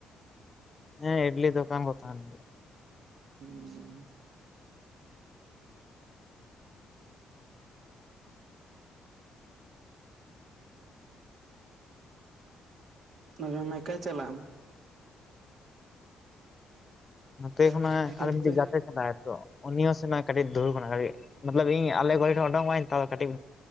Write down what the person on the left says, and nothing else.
ᱦᱮᱸ ᱤᱰᱞᱤ ᱫᱳᱠᱟᱱ ᱠᱚ ᱛᱟᱦᱮᱱ ᱜᱮᱭᱟ
ᱱᱚᱛᱮ
ᱠᱷᱚᱱᱟᱜ
ᱟᱨ ᱢᱤᱫᱴᱤᱡ
ᱜᱟᱛᱮ ᱪᱟᱞᱟᱜᱟᱭ ᱟ ᱛᱚ ᱩᱱᱤ ᱦᱚᱸ ᱥᱮᱱᱟᱜ ᱠᱟᱹᱴᱤᱡ ᱫᱩᱲ ᱠᱟᱱᱟ ᱠᱟᱹᱴᱤᱡ ᱢᱚᱛᱞᱚᱵ ᱤᱧ ᱟᱞᱮ ᱜᱚᱲᱤ ᱴᱷᱮᱱ ᱚᱰᱠᱚᱜ ᱟᱹᱧ ᱛ ᱠᱟᱹᱴᱤᱡ